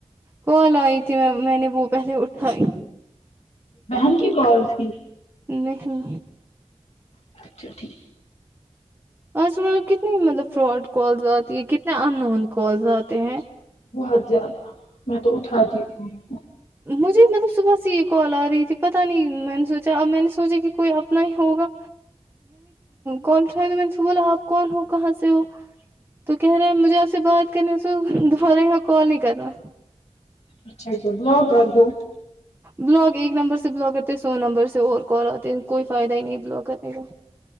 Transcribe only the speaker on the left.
بہن کی کال تھی
اچھا ٹھیک
بہت زیادہ میں تو اٹھاتی بھی نہیں ہوں
اچھا اچھ بلاک کر دو